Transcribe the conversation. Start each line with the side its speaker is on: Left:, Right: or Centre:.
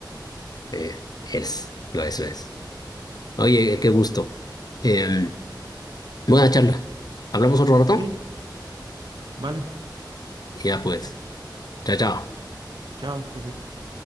Left: eh, es, lo es, lo es. Oye, qué gusto. Eh, buena charla. ¿Hablamos otro rato?
Right: Sí, vale.
Left: Ya pues. Chao, chao.
Right: Chao, que estés bien.